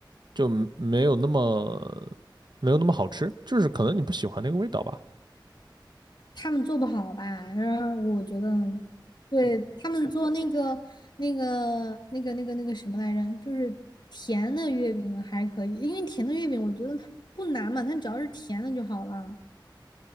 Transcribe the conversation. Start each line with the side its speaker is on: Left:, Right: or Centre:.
Right: 就没没有那么没有那么好吃，就是可能你不喜欢那个味道吧。
Left: 他们做不好吧？然后我觉得，对，他们做那个那个那个那个那个什么来着，就是甜的月饼还可以，因为甜的月饼我觉得它不难嘛，它只要是甜的就好了。